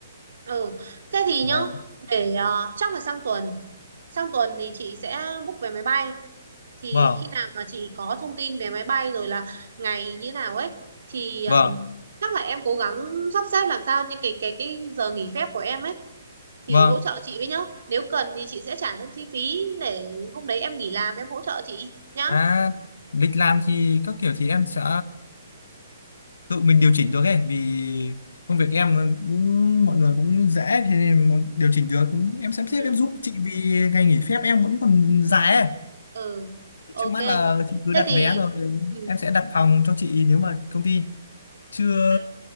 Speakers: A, on the right; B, on the left.
A: ừ thế thì
B: vâng
A: nhá để ờ, chắc là sang tuần sang tuần thì chị sẽ book vé máy bay thì
B: vâng
A: khi nào mà chị có thông tin về máy bay rồi là ngày như nào ấy thì ừm,
B: vâng
A: chắc là em cố gắng sắp xếp làm sao những cái cái cái giờ nghỉ phép của em ấy thì
B: vâng
A: hỗ trợ chị với nhá nếu cần thì chị sẽ trả thêm chi phí để hôm đấy em nghỉ làm em hỗ trợ chị nhá
B: à lịch làm thì các kiểu thì em sẽ tự mình điều chỉnh được ấy vì công việc em nó cũng mọi người cũng dễ thế nên một- điều chỉnh được em sắp xếp
A: ừ
B: em giúp chị vì ngày nghỉ phép em vẫn còn dài ấy
A: ừ ok
B: trước mắt là chị cứ
A: thế
B: đặt
A: thì
B: vé rồi
A: ừ,
B: em sẽ đặt phòng cho chị nếu mà công ty chưa
A: ừ,